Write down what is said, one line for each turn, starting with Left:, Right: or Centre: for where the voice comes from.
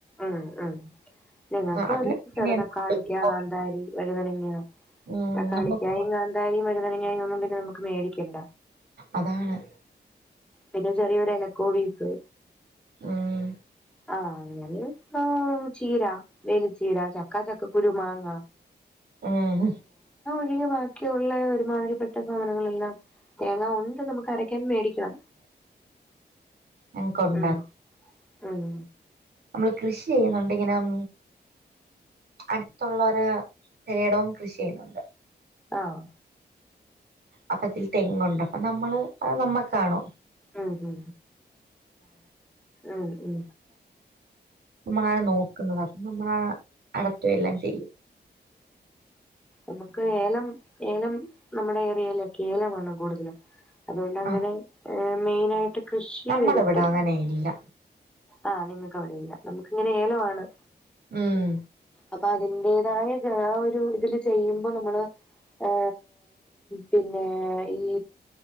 Centre: ഉം ഉം ഞങ്ങൾക്കും
Right: അതില്
Centre: അതെ ചെറു
Right: പിന്നെ എന്ത്
Centre: തക്കാളിക്കാ,
Right: കൊടുക്കുമ്പോ
Centre: കാന്താരി, വഴുതനങ്ങ
Right: ഉം
Centre: തക്കാളിക്കായും
Right: നമുക്ക് കൊ-
Centre: കാന്താരിയും വഴുതനങ്ങായും ഒന്നും പിന്നെ നമുക്ക് ക്ക്‌ മേടിക്കണ്ട
Right: അതാണ്
Centre: പിന്നെ ചെറിയൊരു എല ക്കോവീസ്
Right: ആഹ്
Centre: ആഹ് ഞല് ആ ചീര വേലിച്ചീര ചക്കാ ചക്ക കുരു മാങ്ങ
Right: ഉം
Centre: <unintelligible> ബാക്കിയുള്ള ഒരുമാതിരിപ്പെട്ട സാനങ്ങളെല്ലാം തേങ്ങ ഉണ്ട് നമുക്ക് അരക്കാൻ മേടിക്കണം
Right: ങ്ങക്ക് ഉണ്ടാക്കും
Centre: ഉം ഉം
Right: നമ്മൾ കൃഷി യ്യുന്നുണ്ട് ഇങ്ങനം അടുത്തുള്ളരു രയിടവും കൃഷി യ്യുന്നുണ്ട്
Centre: ആഹ്
Right: അപ്പൊ തിൽ തെങ്ങുണ്ട് അപ്പൊ നമ്മള് അത് നമ്മ കാണും
Centre: ഉം ഉ ഉ ഉം ഉ
Right: മ്മളാണ് നോക്കുന്നത് അപ്പ നമ്മളാ അടത്തുവ എല്ലാം ചെയ്യും
Centre: ഉമുക്ക് ഏലം ഏലം നമ്മുടെ ഏറിയയിലൊകെ ഏലമാണ് കൂടുതലും അതുകൊണ്ട് അങ്ങനെ
Right: ആ
Centre: എ മെയിനായിട്ട് കൃഷി
Right: നമ്മളിവിടെ
Centre: വരത്തില്ല
Right: അങ്ങനെയില്ല
Centre: ആ നിങ്ങക്കവിടെയില്ല നമുക്ക് ഇങ്ങനെ ഏല വാണ്
Right: ഉം
Centre: പ്പ അതിന്റെതായ ഗാ ഒരു ഇതില് ചെയ്യുമ്പോ നമ്മള് ഏ പിന്നെ ഈ